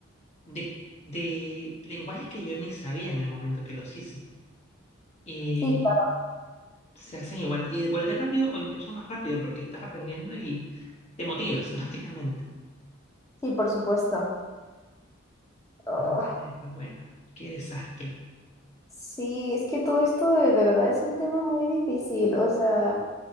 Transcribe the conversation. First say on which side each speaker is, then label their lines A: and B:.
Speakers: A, on the left (about 30°); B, on the left (about 15°).
A: de, de lenguajes que yo ni sabía en el momento que los hice. Y
B: Sí, claro.
A: se hacen igual, igual de rápido o incluso más rápido porque estás aprendiendo y te motivas, <laughs> básicamente.
B: Sí, por supuesto. Ah,
A: Entonces, bueno, qué desastre.
B: sí, es que todo esto de, de verdad es un tema muy difícil. O sea,